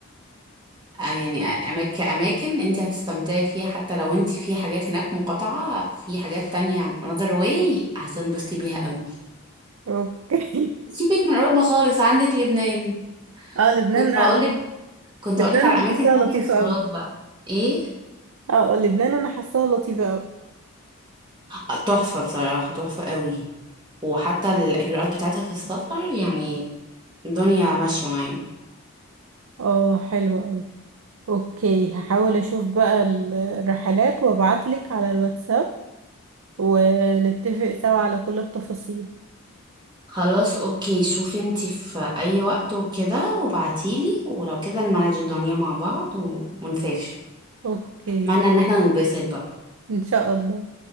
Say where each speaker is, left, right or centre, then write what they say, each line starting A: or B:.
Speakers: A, on the right (about 20°); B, on the right (about 75°).
A: آه، يعني آه، أماك- كأماكن انت هتستمتعي فيها حتى لو انت في حاجات هناك مقاطعة في حاجات تانية عن another way هتنبسطي بيها قوي
B: اوكي
A: سيبك من أوروبا خالص عندك لبنان
B: اه لبنان
A: كنت
B: آه،
A: هقولك كنت
B: لبنان
A: هقولك على أماكن
B: حاساها لطيفه
A: تانية بس خلاص
B: قوي
A: بقى ايه
B: اه لبنان انا حاساها لطيفه قوي
A: آه، تحفة بصراحة تحفة قوي وحتى الإجراءات بتاعتها في السفر يعني الدنيا ماشية معانا
B: اه حلوه اوكي هحاول اشوف بقى ال- الرحلات وابعتلك على الواتساب ونتفق سوا على كل التفاصيل
A: خلاص اوكي شوفي انتي في اي وقت وكده وبعتيلي ولو كده نمانج الدنيا مع بعض و... ونسافر
B: اوكي
A: معنى ان احنا ننبسط بقى
B: ان شاء الله